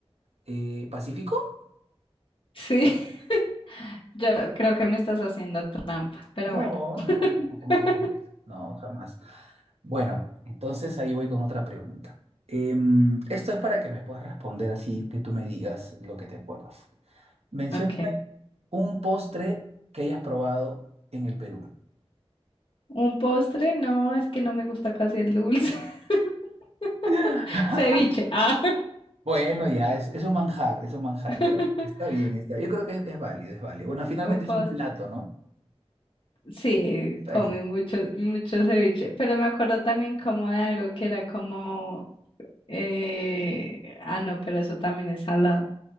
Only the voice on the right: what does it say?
eh, Pacífico.
No,
no, no, ¿cómo crees? No, jamás. Bueno, entonces ahí voy con otra pregunta. Em, esto es para que me puedas responder así, que tú me digas lo que te acuerdas. Mencióname
un postre que hayas probado en el Perú.
<laughs>
Bueno, ya, es, es un manjar, es un manjar.
Está bien, está. Yo creo que es, es válido, es válido. Bueno, finalmente
es un plato, ¿no?
Está
bien.